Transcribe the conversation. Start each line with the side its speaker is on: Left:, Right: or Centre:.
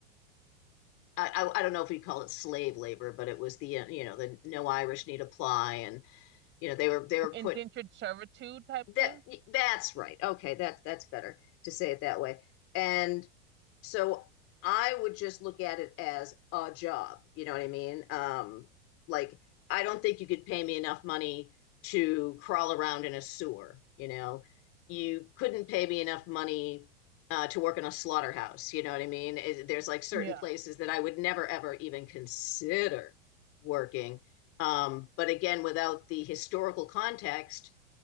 Left: I, I, I don't know if we call it slave labor, but it was the, uh, you know, the no Irish need apply. And, you know, they were, they were
Right: indentured
Left: put
Right: servitude type
Left: That
Right: thing.
Left: that's right. Okay, that's that's better to say it that way. And so I would just look at it as a job. You know what I mean? Um, like I don't think you could pay me enough money to crawl around in a sewer. You know, you couldn't pay me enough money uh, to work in a slaughterhouse. You know what I mean? It- there's like certain
Right: Yeah.
Left: places that I would never ever even consider working. Um, but again, without the historical context